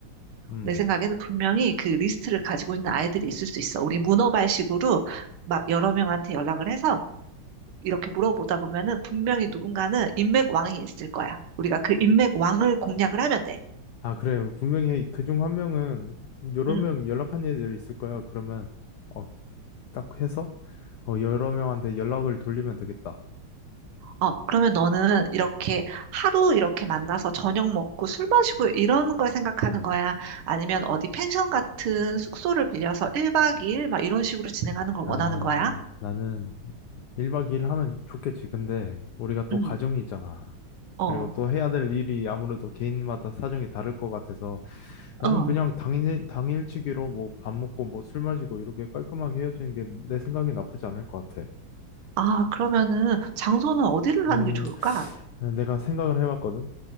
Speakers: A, on the left; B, on the right.
A: 음.
B: 내 생각에는 분명히 그 리스트를 가지고 있는 아이들이 있을 수 있어. 우리 문어발식으로 막 여러 명한테 연락을 해서 이렇게 물어보다 보면은 분명히 누군가는 인맥왕이 있을 거야. 우리가 그 인맥왕을 공략을 하면 돼.
A: 아, 그래요. 분명히 그중 한 명은 여러
B: 응,
A: 명 연락한 애들 있을 거예요. 그러면 어, 딱 해서 어, 여러 명한테 연락을 돌리면 되겠다.
B: 어, 그러면 너는 이렇게 하루 이렇게 만나서 저녁 먹고 술 마시고 이런 걸 생각하는 거야? 아니면 어디 펜션 같은 숙소를 빌려서 1박 2일 막 이런 식으로 진행하는 걸
A: 아,
B: 원하는 거야?
A: 나는 1박 2일 하면 좋겠지. 근데 우리가 또
B: 응,
A: 가정이 있잖아.
B: 어,
A: 그리고 또 해야 될 일이 아무래도 개인마다 사정이 다를 것 같아서 나는
B: 응.
A: 그냥 당일, 당일치기로 뭐 밥 먹고 뭐 술 마시고 이렇게 깔끔하게 헤어지는 게 내 생각이 나쁘지 않을 것 같아.
B: 아, 그러면은 장소는 어디를
A: 음,
B: 하는 게 좋을까?
A: 내가 생각을 해봤거든.